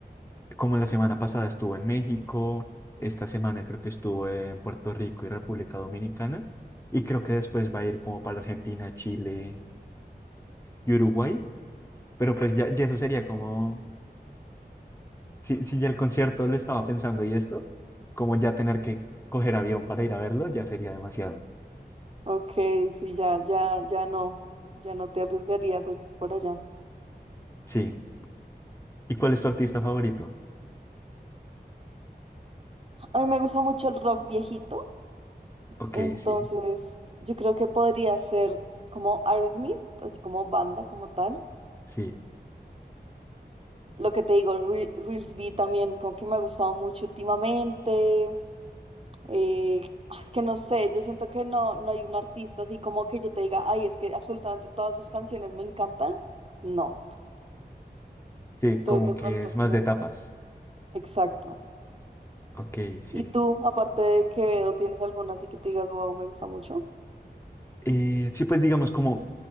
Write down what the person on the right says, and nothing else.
Ok, sí, ya, ya, ya no, ya no te arriesgarías a ir por allá.
A mí me gusta mucho el rock viejito,
entonces
yo creo que podría ser como Aerosmith, así como banda, como tal.
Lo que te digo, Re- Reels B también, como que me ha gustado mucho últimamente. Eh, ah, es que no sé, yo siento que no, no hay un artista así como que yo te diga, ay, es que absolutamente todas sus canciones me encantan. No.
Entonces,
de
pronto,
como,
exacto.
¿Y tú, aparte de Quevedo, tienes alguna así que te digas, wow, me gusta mucho?